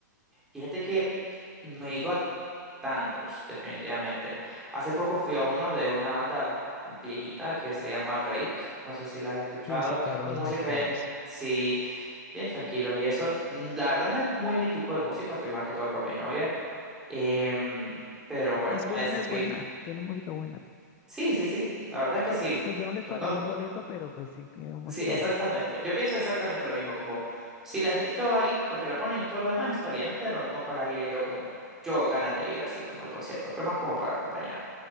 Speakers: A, in the centre; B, on the left (about 15°).
A: Fíjate que no he ido a Tantos, definitivamente. Hace poco fui a uno de una banda viejita que se llama Rake, no sé si la has escuchado,
B: Sí, sí, claro,
A: que es como
B: los
A: música
B: mexicanos.
A: bien, sí, bien tranquilos y eso. Mm, La verdad no es muy mi tipo de música, fui más que todo por mi novia. Em, pero bueno,
B: Es buena,
A: a ese
B: es
A: fui.
B: buena. Tienen música buena.
A: Sí, sí, sí, la verdad es que sí.
B: Pues yo no les pagaría
A: No, no-
B: un boleto, pero pues sí, tienen música
A: sí, exactamente.
B: buena.
A: Yo pienso exactamente lo mismo, como si la escucho ahí porque la ponen y todo lo demás está bien, pero no pagaría yo como yo ganas de ir así como al concierto. Fue más como para acompañar.